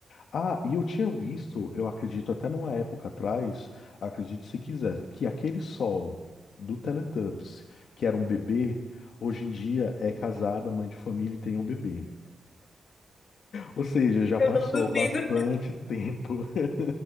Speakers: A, on the left; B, on the left.
A: Ah, e eu tinha visto, eu acredito até numa época atrás, acredito se quiser, que aquele sol do Teletubbies, que era um bebê, hoje em dia é casada, mãe de família e tem um bebê. Ou seja, já
B: Eu
A: passou
B: não duvido.
A: bastante tempo. <laughs>